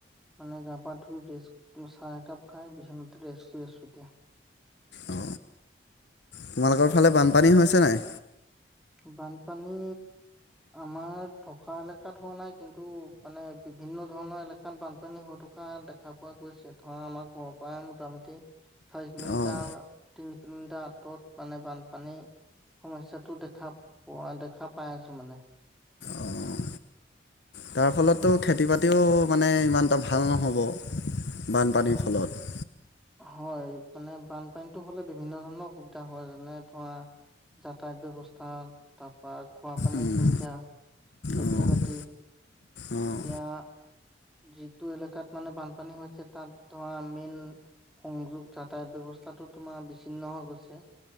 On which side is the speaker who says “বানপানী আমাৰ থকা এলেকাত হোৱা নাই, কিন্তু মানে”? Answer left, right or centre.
Centre